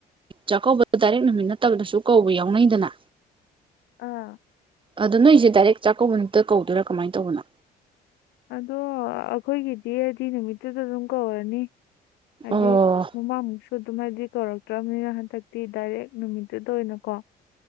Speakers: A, on the right (about 30°); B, on the left (about 90°).
A: ꯆꯥꯛꯀꯧꯕꯗ ꯗꯥꯏꯔꯦꯛ ꯅꯨꯃꯤꯠ ꯅꯠꯇꯕꯗꯁꯨ ꯀꯧꯕ ꯌꯥꯎꯅꯩꯗꯅ
B: ꯑꯥ
A: ꯑꯗꯣ ꯅꯣꯏꯁꯦ ꯗꯥꯏꯔꯦꯛ ꯆꯥꯛꯀꯧꯕ ꯅꯨꯃꯤꯠꯇ ꯀꯧꯗꯣꯏꯔꯥ ꯀꯃꯥꯏꯅ ꯇꯧꯕꯅꯣ
B: ꯑꯗꯣ ꯑꯩꯈꯣꯏꯒꯤꯗꯤꯗꯤ ꯅꯨꯃꯤꯠꯇꯨꯗ ꯑꯗꯨꯝ ꯀꯧꯔꯅꯤ ꯍꯥꯏ
A: ꯑꯣ
B: ꯃꯃꯥꯡꯃꯨꯛꯁꯨ ꯑꯗꯨꯝ ꯍꯥꯏꯗꯤ ꯀꯧꯔꯛꯇ꯭ꯔꯕꯅꯤꯅ ꯍꯟꯗꯛꯇꯤ ꯗꯥꯏꯔꯦꯛ ꯅꯨꯃꯤꯠꯇꯨꯗ ꯑꯣꯏꯅꯀꯣ